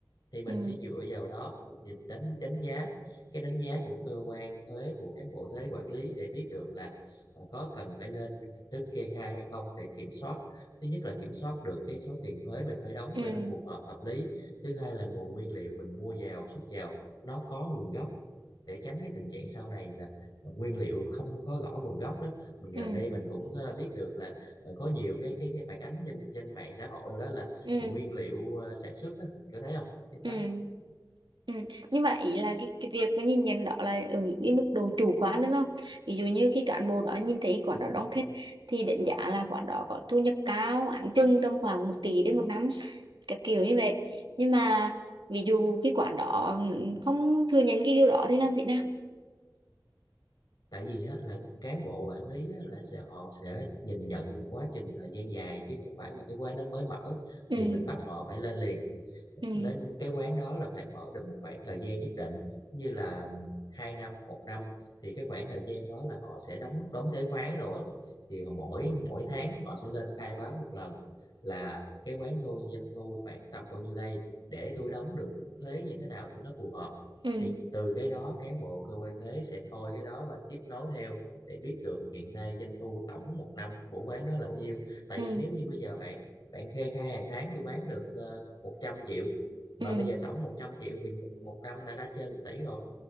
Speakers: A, on the left (about 60°); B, on the right (about 80°).
A: thì mình
B: ừ
A: sẽ dựa vào đó mình nhìn đánh đánh giá cái đánh giá của cơ quan thuế của cán bộ thuế quản lý để biết được là ờ, có cần phải lên hình thức kê khai hay không để kiểm soát thứ nhất là kiểm soát được cái số tiền thuế mình phải đóng
B: ừ
A: cho nó phù hợp hợp lý thứ hai là nguồn nguyên liệu mình mua vào xuất vào nó có nguồn gốc để tránh cái tình trạng sau này là nguyên liệu không có rõ nguồn gốc đó mình gần
B: ừ
A: đây mình cũng ờ, biết được là ờ, có nhiều cái cái cái phản ánh trên trên mạng xã hội rồi đó là
B: ừ
A: nguyên liệu ờ, sản xuất đó có thấy không trên đó
B: ừ Ừ. Nhưng mà ý là cái, cái việc mà nhìn nhận đó là ở cái mức độ chủ quan đúng không? Ví dụ như khi cán bộ đó nhìn thấy quán đó đông khách thì đánh giá là quán đó có thu nhập cao, áng chừng tầm khoảng một tỷ đến một năm, cái kiểu như vậy. Nhưng mà ví dụ cái quán đó ừ, không thừa nhận cái điều đó thì làm thế nào?
A: tại vì á, là cán bộ quản lý á, là sẽ họ sẽ nhìn nhận quá trình thời gian dài chứ không phải là cái quán nó mới mở
B: Ừ,
A: thì mình bắt họ phải lên liền
B: ừ,
A: nên cái quán đó là phải mở được một khoảng thời gian nhất định như là hai năm một năm thì cái khoảng thời gian đó là họ sẽ đóng đóng thuế khoán rồi thì mỗi mỗi tháng họ sẽ lên khai báo một lần là cái quán tôi doanh thu khoảng tầm bao nhiêu đây để tôi đóng được mức thuế như thế nào cho nó phù hợp
B: ừ,
A: thì từ cái đó cán bộ cơ quan thuế sẽ coi cái đó và tiếp nối theo để biết được hiện nay doanh thu tổng một năm của quán đó là bao nhiêu tại
B: ừ,
A: vì nếu như bây giờ bạn bạn kê khai hàng tháng tôi bán được ờ, một trăm triệu mà
B: ừ,
A: bây giờ tổng 100 triệu thì một một năm đã đã trên một tỷ rồi